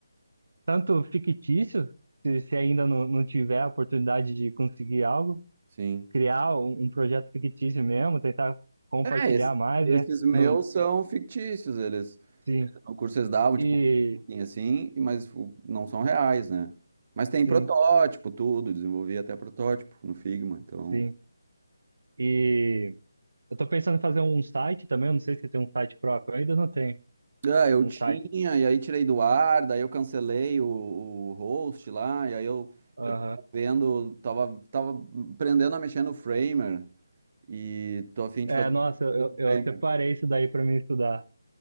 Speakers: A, on the right (about 75°); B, on the right (about 35°).
A: tanto fictício, se, se ainda não, não tiver a oportunidade de conseguir algo,
B: sim.
A: criar um, um projeto fictício mesmo, tentar compartilhar
B: É, esse-
A: mais,
B: esses
A: né?
B: meus
A: Não,
B: são fictícios, eles,
A: sim,
B: no curso eles davam,
A: e
B: tipo, assim, assim, e- mas o- não são reais, né? Mas tem
A: sim,
B: protótipo, tudo, desenvolvi até protótipo no Figma, então...
A: sim. E eu tô pensando em fazer um site também, eu não sei se tem um site próprio, eu ainda não tenho
B: Ah, eu
A: um
B: tinha,
A: site.
B: e aí tirei do ar, daí eu cancelei o, o host lá, e aí eu,
A: Aham.
B: eu tava vendo, tava, tava aprendendo a mexer no Framer, e tô a fim
A: É,
B: de fazer
A: nossa,
B: um
A: eu, eu
B: Framer.
A: separei isso daí para mim estudar.